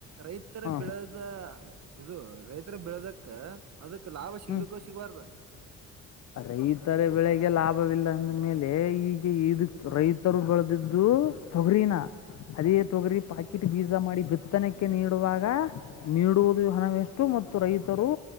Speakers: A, on the right; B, on the left.
A: ರೈತ್ ತರ
B: ಹಾಂ
A: ಬೆಳೆದ ಇದು ರೈತರ ಬೆಳೆದಕ್ಕ ಅದಕ್ ಲಾಭ ಸಿಗ್ಬೇಕೋ
B: ಹ್ಮ್
A: ಸಿಗಬಾರ್ದ
B: ರೈತರ ಬೆಳೆಗೆ ಲಾಭವಿಲ್ಲ ಅಂದ ಮೇಲೆ ಈಗೆ ಇದಕ್ ರೈತರು ಬೆಳೆದಿದ್ದು ತೊಗರಿನ ಅದೇ ತೊಗರಿ ಪಾಕಿಟ್ ಬೀಜಾ ಮಾಡಿ ಬಿ ಕೆತ್ತನಕ್ಕೆ ನೀಡುವಾಗ ನೀಡುವುದು ಹಣವೆಷ್ಟು ಮತ್ತು ರೈತರು